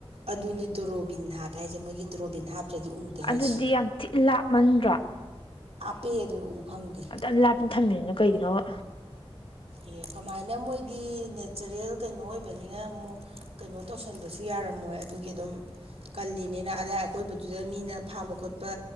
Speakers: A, on the right; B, on the left.
A: ꯑꯗꯨꯅꯦ ꯇꯣꯔꯣ ꯍꯥꯞꯄꯦ ꯍꯥꯏꯁꯦ ꯃꯣꯏꯒꯤ ꯗ꯭ꯔꯣꯕꯤꯟ ꯍꯥꯞꯇ꯭ꯔꯗꯤ ꯎꯗꯦ
B: ꯑꯗꯨꯗꯤ
A: ꯍꯥꯏꯁꯦ
B: ꯌꯥꯝ ꯊꯤ ꯂꯥꯞꯃꯟꯗ꯭ꯔꯣ
A: ꯄꯦ ꯑꯗꯨ ꯎꯕ ꯐꯪꯗꯦ
B: ꯑꯗꯨꯌꯥꯝ ꯂꯥꯞꯅ ꯊꯝꯃꯤꯗꯨꯅ ꯀꯩꯒꯤꯅꯣꯕ
A: ꯑꯦ ꯀꯃꯥꯏꯅ ꯃꯣꯏꯒꯤ ꯅꯦꯆꯔꯦꯜ ꯀꯩꯅꯣ ꯑꯣꯏꯕꯅꯤꯅ ꯑꯃꯨꯛ ꯀꯩꯅꯣ ꯇꯧꯁꯟꯕꯁꯨ ꯌꯥꯔꯝꯃꯣꯏ ꯑꯗꯨꯒꯤ ꯑꯗꯨꯝ ꯀꯜꯂꯤ ꯅꯤꯅ ꯑꯗꯥꯏ ꯑꯀꯣꯏꯕꯗꯨꯗ ꯃꯤꯅ ꯐꯥꯕ ꯈꯣꯠꯄ